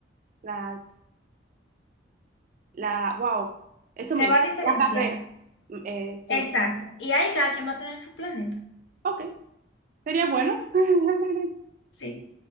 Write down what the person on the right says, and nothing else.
las, la, wow, eso
mismo,
la carrera, mm, eh, estudio.
Ok, sería bueno. <laughs>